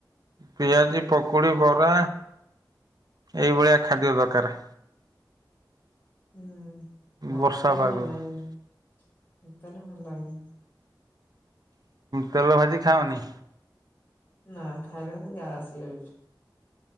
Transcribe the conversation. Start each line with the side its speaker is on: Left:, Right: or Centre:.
Right: ପିଆଜି ପକୁଡ଼ି ବରା, ଏଇଭଳିଆ ଖାଦ୍ୟ ଦରକାର।
Left: ହୁଁ ମତେରେ
Right: ବର୍ଷା ପାଗକୁ
Left: ଭଲ ଲାଗେ ମତେରେ ଭଲ ଲାଗେନି
Right: ତେଲ ଭାଜି ଖାଅନି।
Left: ନା ଖାଇଲେ ମାନେ ଗ୍ୟାସ ହେଇ ଯାଉଛି।